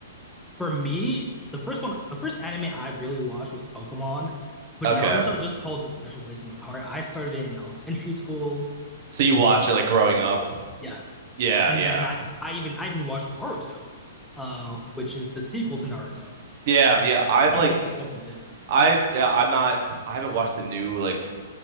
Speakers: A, in the centre; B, on the right.
A: For me, the first one, the first anime I really watched was Pokemon, but
B: Okay.
A: Naruto just holds a special place in my heart. I started it in elementary school.
B: So you watch it like growing up?
A: Yes.
B: Yeah,
A: And
B: yeah.
A: then I, I even I even watched Boruto, uh, which is the sequel to Naruto.
B: Yeah, yeah. I've
A: I'm
B: like
A: still keeping up with it.
B: I've yeah, I'm not I haven't watched the new like